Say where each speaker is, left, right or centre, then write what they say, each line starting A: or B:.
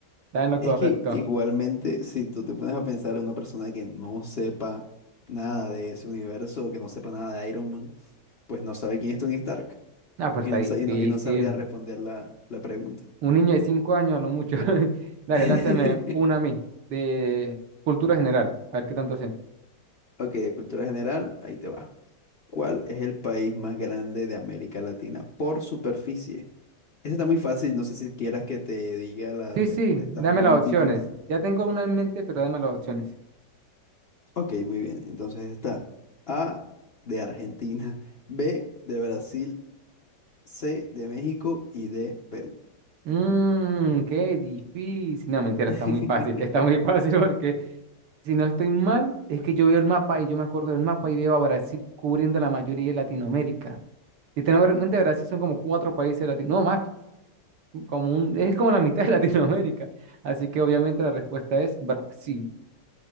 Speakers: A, on the right (about 75°); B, on the left (about 45°).
A: Está en lo
B: es
A: correcto.
B: que igualmente si tú te pones a pensar en una persona que no sepa nada de ese universo, que no sepa nada de Iron Man, pues no sabe quién es Tony Stark
A: ah pero
B: y
A: está
B: no,
A: difícil.
B: sa- y no, y no sabría responder la, la pregunta.
A: Un niño de cinco años a lo mucho. <laughs> Dale,
B: <laughs>
A: lánzame una a mí, de cultura general, a ver qué tanto sé.
B: Ok, de cultura general, ahí te va. ¿Cuál es el país más grande de América Latina por superficie? Ese está muy fácil, no sé si quieras que te diga las
A: Sí,
B: respuestas
A: sí, dame
B: múltiples.
A: las opciones. Ya tengo una en mente, pero dame las opciones.
B: Ok, muy bien. Entonces está A de Argentina, <laughs> B de Brasil, C de México y D Perú.
A: Mmm, qué difícil. No, mentira,
B: <laughs>
A: está muy fácil. Está muy <laughs> fácil porque si no estoy mal, es que yo veo el mapa y yo me acuerdo del mapa y veo a Brasil cubriendo la mayoría de Latinoamérica. Si tengo en mente, Brasil son como cuatro países de Latinoamérica. No, más, como un, es como la mitad de <laughs> Latinoamérica. Así que obviamente la respuesta es Brasil,